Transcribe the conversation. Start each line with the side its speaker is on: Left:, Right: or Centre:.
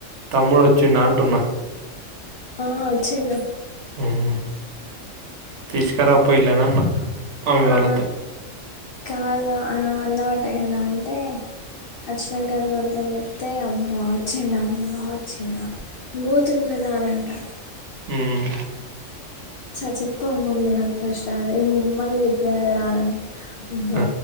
Right: తమ్ముడు వచ్చిండా అంటున్నా
Left: ఆ వచ్చిండు
Right: ఉం తీసుకురా పోయిళనన్న మమ్మి వాళ్ళతో
Left: ఆ కాదు అన్నమాట కదా అంటే <unintelligible> అచ్చనా గారు అంతని చెప్తే అ బా చిన్నాను బా చిన్నా <inaudible> మోతును కదా అనంట <inaudible>
Right: ఉం
Left: చ చెప్ప మమ్మీ నాకు ఫస్ట్ ఇ మమ్మని చెప్పద రానంటే <inaudible> బా
Right: ఆ